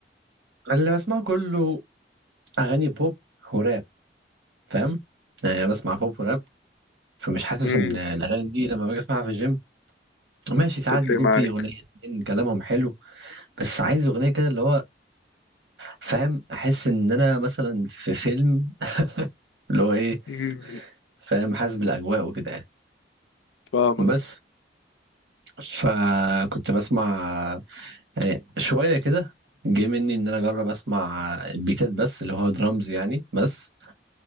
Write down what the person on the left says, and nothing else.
امم
تفرق
معاك
امم
فاهمك